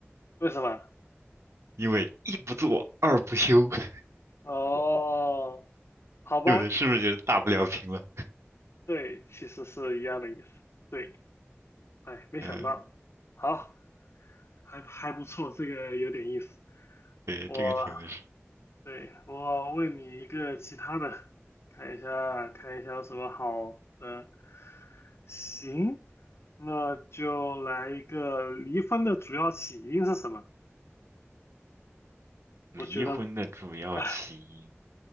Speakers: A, on the left; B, on the right.
A: 为什么？
B: 因为一不做二不休，<laughs>
A: 哦，好吧，
B: 对不对？是不是就是大不了平了？
A: 对，其实是一样的意思，对，哎，没想到，
B: 嗯，
A: 好，还还不错，这个有点意思，
B: 对，
A: 我。
B: 这个题目是
A: 对，我问你一个其他的，看一下看一下有什么好的。行，那就来一个离婚的主要起因是什么？
B: 离婚的主要起因，
A: 我觉得，啊